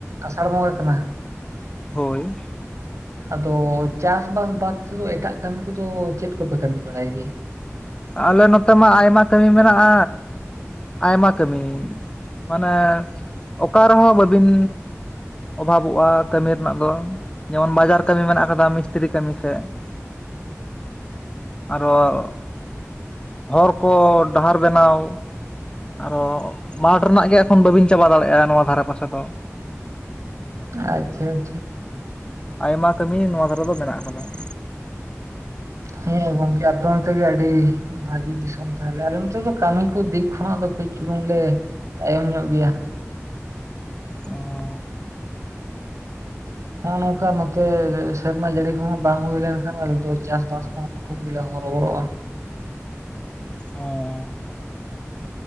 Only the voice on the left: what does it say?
ᱦᱳᱭ ᱾
ᱟᱞᱮ ᱱᱚᱛᱮ ᱢᱟ ᱟᱭᱢᱟ ᱠᱟᱹᱢᱤ ᱢᱮᱱᱟᱜᱼᱟ ᱟᱭᱢᱟ ᱠᱟᱹᱢᱤ ᱾ ᱢᱟᱱᱮ ᱚᱠᱟ ᱨᱮᱦᱚᱸ ᱵᱟᱹᱵᱤᱱ ᱚᱵᱷᱟᱵᱚᱜᱼᱟ ᱠᱟᱹᱢᱤ ᱨᱮᱱᱟᱜ ᱫᱚ ᱡᱮᱢᱚᱱ ᱵᱟᱡᱟᱨ ᱠᱟᱹᱢᱤ ᱢᱮᱱᱟᱜ ᱟᱠᱟᱫᱟ ᱢᱤᱥᱛᱨᱤ ᱠᱟᱹᱢᱤ ᱥᱮᱫ ᱾ ᱟᱨᱚ ᱦᱚᱨ ᱠᱚ ᱰᱟᱦᱟᱨ ᱵᱮᱱᱟᱣ ᱟᱨᱚ ᱢᱟᱴᱷ ᱨᱮᱱᱟᱜ ᱜᱮ ᱮᱠᱷᱚᱱ ᱵᱟᱹᱵᱤᱱ ᱪᱟᱵᱟ ᱫᱟᱲᱮᱭᱟᱜᱼᱟ ᱱᱚᱣᱟ ᱫᱷᱟᱨᱮ ᱯᱟᱥᱮ ᱫᱚ ᱾
ᱟᱭᱢᱟ ᱠᱟᱹᱢᱤ ᱱᱚᱣᱟ ᱫᱷᱟᱨᱮ ᱫᱚ ᱢᱮᱱᱟᱜ ᱠᱟᱫᱟ ᱾
<inaudible>
ᱦᱚᱸ ᱾